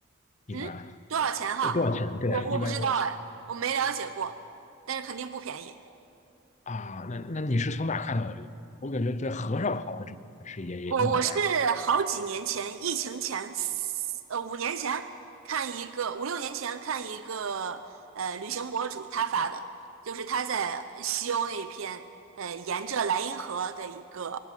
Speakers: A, on the left; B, on the right.
A: 一般
B: 嗯，多少钱哈？
A: 多多少钱？对，
B: 我我不知道哎，
A: 一般多少钱
B: 我没了解过，但是肯定不便宜。
A: 啊？那那你是从哪看到的这个？我感觉在河上跑的这个还是也也挺好玩的。
B: 我我是好几年前，疫情前，四呃，五年前看一个，五六年前看一个呃旅行博主他发的，就是他在西欧那边，呃，沿着莱茵河的一个